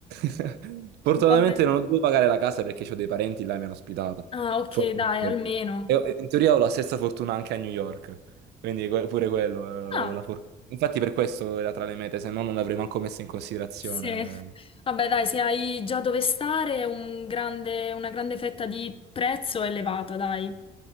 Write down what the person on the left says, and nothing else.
Vabbè.
Ah, ok,
dai, almeno.
Ah,
sì.
Vabbè, dai, se hai già dove stare, un grande- una grande fetta di prezzo elevata, dai.